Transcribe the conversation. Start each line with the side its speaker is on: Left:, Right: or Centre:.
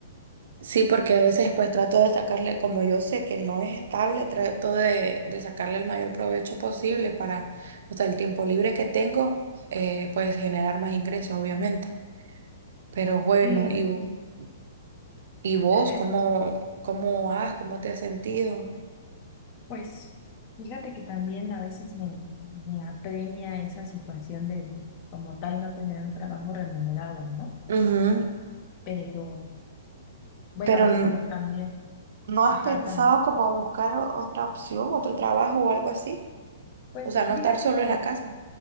Right: Sí, porque a veces pues trato de sacarle, como yo sé que no es estable, trato de, de sacarle el mayor provecho posible para, o sea, el tiempo libre que tengo, eh, pues generar más ingresos, obviamente. Pero bueno,
Left: Sí,
Right: ¿y, vo- Ujú. y vos
Left: es
Right: cómo,
Left: que
Right: cómo has, cómo te has sentido?
Left: Pues fíjate que también a veces me, me apremia esa situación de como tal no tener un trabajo remunerado, ¿no?
Right: Ujú,
Left: Pero bueno,
Right: Pero
Left: a veces
Right: no,
Left: como que también,
Right: ¿No has
Left: ajá,
Right: pensado
Left: también.
Right: como buscar o- otra opción, otro trabajo o algo así?
Left: Pues
Right: o sea, no
Left: fíjate
Right: estar solo
Left: que,
Right: en la casa.